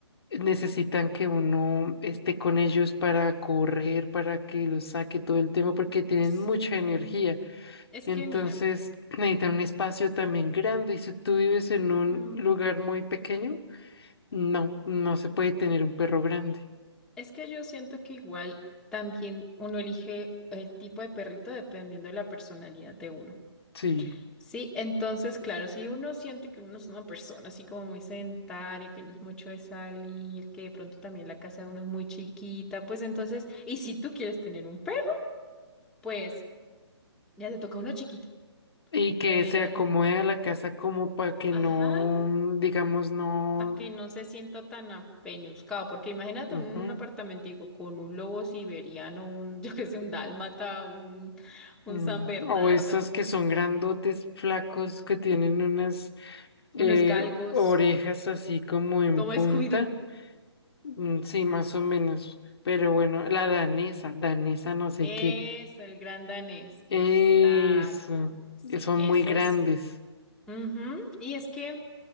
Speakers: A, on the left; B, in the centre.
A: necesitan que uno esté con ellos para correr, para que los saque todo el tiempo, porque tienen
B: sí.
A: mucha energía.
B: Es
A: Entonces
B: que mira,
A: <clears throat> necesitan un espacio también grande y si tú vives en un
B: mm,
A: lugar muy pequeño, no, no se puede tener un perro grande.
B: es que yo siento que igual también uno elige el tipo de perrito dependiendo de la personalidad de uno.
A: Sí.
B: Sí, entonces, claro, si uno siente que uno no es una persona así como muy sedentaria, que no es mucho de salir, que de pronto también la casa de uno es muy chiquita, pues entonces, y si tú quieres tener un perro, pues ya te toca uno chiquito.
A: Y que
B: Eh,
A: se
B: ya,
A: acomode a la casa como para que
B: ajá.
A: no, mm, digamos, no...
B: a que no se sienta tan apeñuscado, porque imagínate
A: ujú,
B: un, un apartamentico con un lobo siberiano, un, <laughs> yo qué sé, un dálmata, un, un
A: mm,
B: San Bernardo,
A: O esas que son grandotes, flacos, que tienen unas
B: unos
A: eh,
B: galgos,
A: orejas así como en
B: como
A: punta.
B: Scooby-Doo.
A: Mm, Sí, más o menos. Pero bueno, la danesa, danesa no sé
B: Eso,
A: qué.
B: el gran danés, exacto.
A: Eso,
B: Sí,
A: son
B: esos.
A: muy grandes.
B: Ujú, Y es que